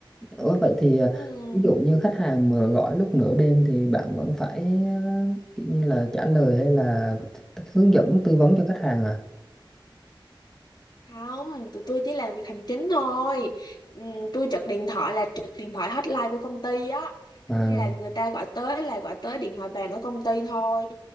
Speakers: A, in the centre; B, on the left.
A: Ủa vậy thì à,
B: ừ.
A: ví dụ như khách hàng mà gọi lúc nửa đêm thì bạn vẫn phải à, kiểu như là trả lời hay là hướng dẫn tư vấn cho khách hàng à?
B: không tụi tôi chỉ làm việc hành chính thôi Ừm, tôi trực điện thoại là trực điện thoại hotline của công ty á
A: À.
B: có nghĩa là người ta gọi tới là gọi tới điện thoại bàn ở công ty thôi